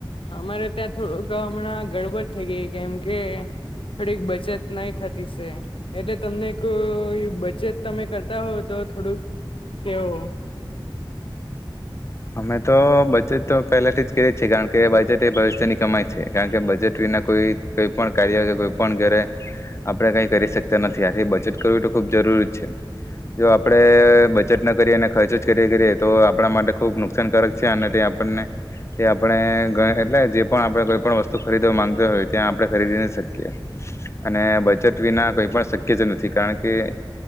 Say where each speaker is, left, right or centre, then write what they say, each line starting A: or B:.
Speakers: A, on the left (about 75°); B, on the left (about 30°).
A: અમારે ત્યાં થોડુંક હમણાં ગડબડ થઈ ગઈ કેમ કે થોડીક બચત નહી થતી છે એટલે તમને કો બચત તમે કરતા હોવ તો થોડુંક કેવો
B: અમે તો બજેટ તો પહેલાથી જ કરી છએ કારણ કે બજેટ એ ભવિષ્યની કમાય છે કારણ કે બજેટ વિના કોઈ કઈ પણ કાર્ય કે કોઈ પણ ઘરે આપણે કઈ કરી શકતા નથી આ બજેટ કરવું તો ખૂબ જરૂરી છે જો આપણે બજેટ ન કરીએ અને ખર્ચો જ કરીએ કરીએ તો આપણા માટે ખૂબ નુકસાનકાર છે અને તે આપણને તે આપણે એટલે <unintelligible> જે પણ આપણે કોઈ પણ વસ્તુ ખરીદવા માંગતા હોય ત્યાં આપણે ખરીદી ન શકીએ અને બચત વિના કઈ પણ શક્ય જ નથી કારણ કે